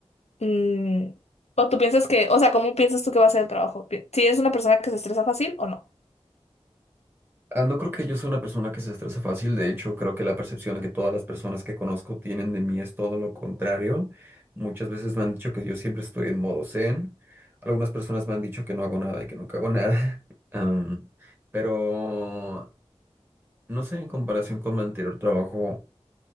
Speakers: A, on the left (about 75°); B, on the right (about 20°).
A: Mm, o tú piensas que, o sea, ¿cómo piensas tú que va a ser el trabajo? Pi- ¿Si eres una persona que se estresa fácil o no?
B: Ah, No creo que yo sea una persona que se estresa fácil. De hecho, creo que la percepción que todas las personas que conozco tienen de mí es todo lo contrario. Muchas veces me han dicho que yo siempre estoy en modo zen. Algunas personas me han dicho que no hago nada y que nunca hago nada. <laughs> Am, pero No sé, en comparación con mi anterior trabajo,